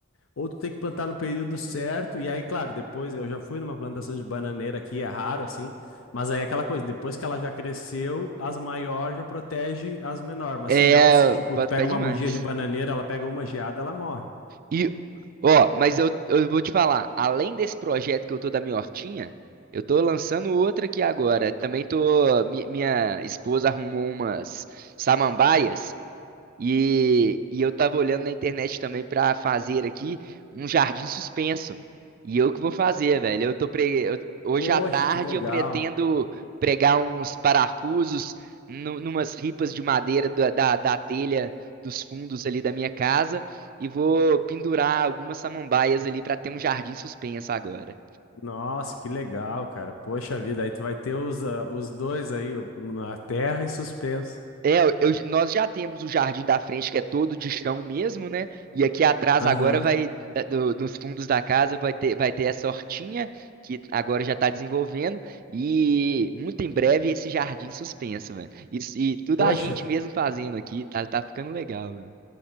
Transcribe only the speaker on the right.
É,
boto
pé demais.
E, ó, mas eu, eu vou te falar, além desse projeto que eu tô da minha hortinha, eu tô lançando outra aqui agora. Também tô, mi- minha esposa arrumou umas samambaias e, e eu tava olhando na internet também pra fazer aqui um jardim suspenso. E eu que vou fazer, velho. Eu tô pre... eu- Hoje
à tarde
eu pretendo pregar uns parafusos nu- numas ripas de madeira da, da, da telha dos fundos ali da minha casa e vou pendurar algumas samambaias ali pra ter um jardim suspenso agora.
É, eu- eu- nós já temos o jardim da frente que é todo de chão mesmo, né? E aqui atrás
agora vai, da- do- nos fundos da casa vai ter, vai ter essa hortinha que agora já está desenvolvendo e muito em breve esse jardim suspenso, velho. Isso- E, tudo
a gente mesmo fazendo aqui, tá, tá ficando legal, velho.